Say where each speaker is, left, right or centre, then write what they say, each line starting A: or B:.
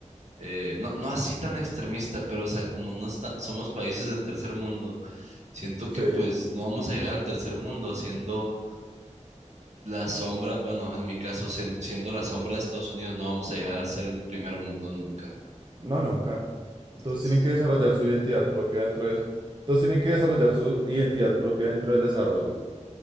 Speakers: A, on the right (about 65°); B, on the right (about 40°).
A: eh, no, no así tan extremista, pero o sea, como no está, somos países de tercer mundo, siento
B: sí,
A: que pues no vamos a llegar al tercer mundo haciendo la sombra, bueno, en mi caso, sien- siendo la sombra de Estados Unidos, no vamos a llegar a ser el primer mundo nunca.
B: no, nunca.
A: Entonces,
B: Todos tienen que desarrollar su identidad propia dentro de, todos tienen que desarrollar su identidad propia dentro del desarrollo.